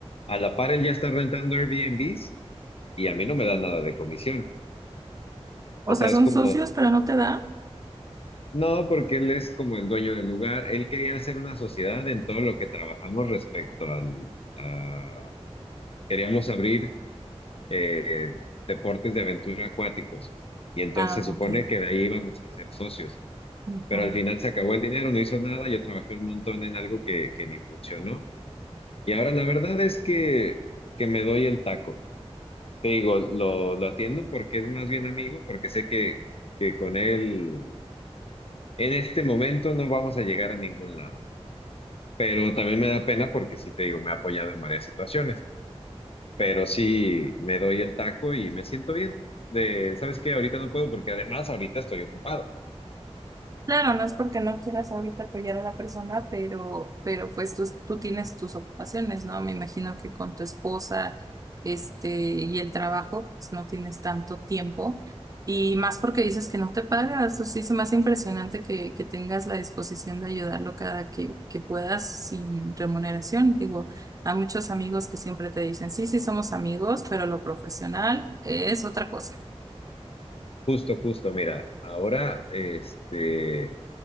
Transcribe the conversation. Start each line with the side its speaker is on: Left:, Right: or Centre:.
Left: a la par él ya está rentando Airbnbs y a mí no me da nada de comisión.
Right: O
Left: O
Right: sea,
Left: sea,
Right: son
Left: es como,
Right: socios, pero no te da.
Left: no, porque él es como el dueño del lugar, él quería hacer una sociedad en todo lo que trabajamos respecto al, a- queríamos abrir eh, deportes de aventura acuáticos y entonces
Right: Ah,
Left: se
Right: ok.
Left: supone que de ahí íbamos a ser socios.
Right: Ujú.
Left: pero al final se acabó el dinero, no hizo nada, yo trabajé un montón en algo que, que ni funcionó. Y ahora la verdad es que, que me doy el taco. Te digo, lo, lo atiendo porque es más bien amigo, porque sé que, que con él en este momento no vamos a llegar a ningún lado. Pero también me da pena porque sí te digo, me ha apoyado en varias situaciones, pero sí me doy el taco y me siento bien. De, ¿sabes qué? Ahorita no puedo porque además ahorita estoy ocupado.
Right: Claro, no es porque no quieras ahorita apoyar a la persona, pero, pero pues tú, tú tienes tus ocupaciones, ¿no? Me imagino que con tu esposa, este, y el trabajo, pues no tienes tanto tiempo. Y más porque dices que no te pagas, eso sí se me hace impresionante que, que tengas la disposición de ayudarlo cada que, que puedas sin remuneración. Digo, a muchos amigos que siempre te dicen, sí, sí, somos amigos, pero lo profesional es otra cosa.
Left: Justo, justo, mira, ahora este